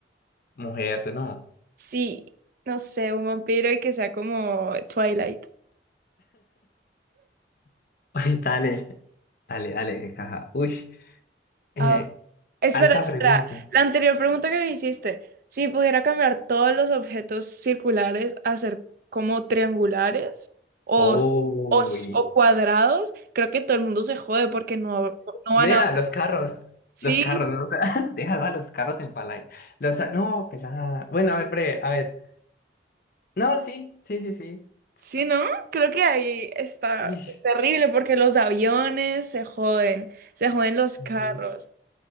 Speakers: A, on the left; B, on the right.
A: mujer, no.
B: sí, no sé, un vampiro y que sea como Twilight.
A: <laughs> Ay, dale, dale, dale, qué caja. Uy, eh,
B: Ah, espera,
A: alta
B: espera,
A: pregunta.
B: la anterior pregunta que me hiciste, si pudiera cambiar todos los objetos circulares a ser como triangulares o,
A: Uy.
B: o, o cuadrados, creo que todo el mundo se jode porque no, no
A: Nea,
B: van a...
A: los carros,
B: Sí,
A: los carros, ¿no? O sea, <laughs> deja a los carros en palay. Los, no, pelada. Bueno, a ver, breve, a ver. No, sí, sí, sí, sí.
B: sí,
A: Ts-
B: ¿no? Creo que ahí está,
A: Uy.
B: es terrible porque los aviones se joden, se joden los
A: sí.
B: carros.